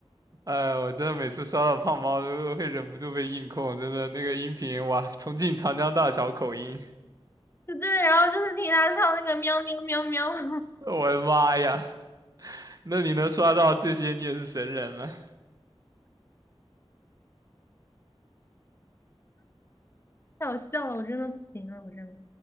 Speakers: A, on the right; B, on the left.
A: 哎，我真的每次刷到胖猫都会忍不住被硬控，真的那个音频哇，重庆长江大桥口音，
B: <laughs> 对然后就是听他唱那个喵喵喵喵，<laughs>
A: 我的妈呀，那你能刷到这些，你也是神人了。
B: 太好笑了，我真的不行了，我真的。